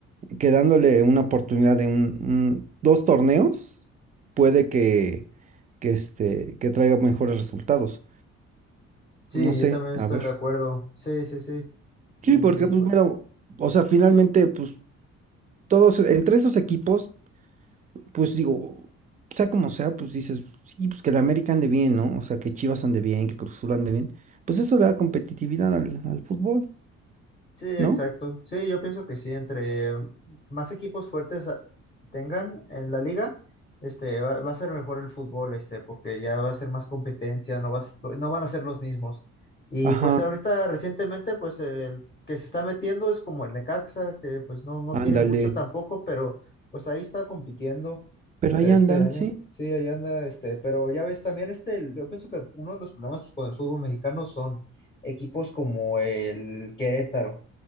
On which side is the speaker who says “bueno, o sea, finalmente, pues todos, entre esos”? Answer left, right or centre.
Right